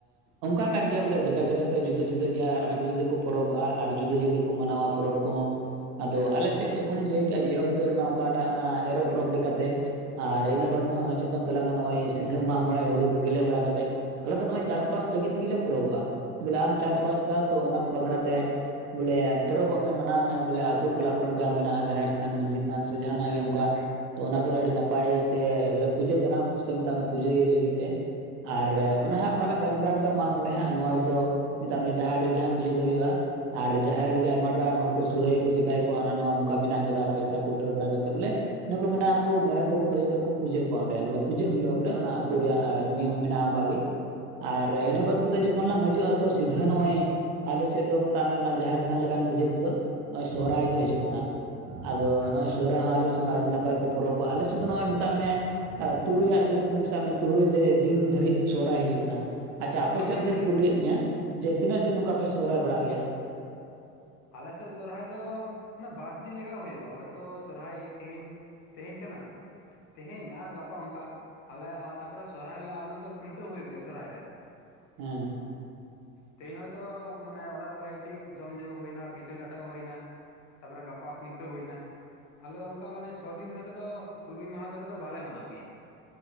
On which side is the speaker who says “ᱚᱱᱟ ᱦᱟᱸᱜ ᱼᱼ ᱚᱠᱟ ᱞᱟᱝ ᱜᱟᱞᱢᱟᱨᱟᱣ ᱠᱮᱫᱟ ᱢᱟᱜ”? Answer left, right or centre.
Right